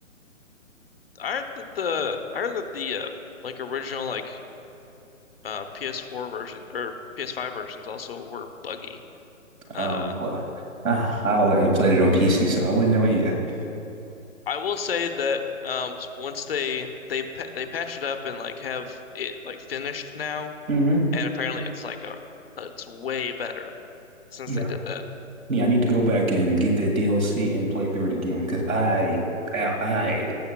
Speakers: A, on the left; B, on the right.
A: Aren't the, the aren't the, the uh, like original like uh, PS4 versions or PS5 versions also were buggy. Uh,
B: Oh, well, I, I only- I played it on PC, so I wouldn't know any of that.
A: I will say that um, once they they pa they patch it up and like have it like finished now,
B: hmm
A: and apparently it's like a it's way better since
B: Yeah.
A: they did that.
B: Yeah, I need to go back and get that DLC and play through it again because I, I, I,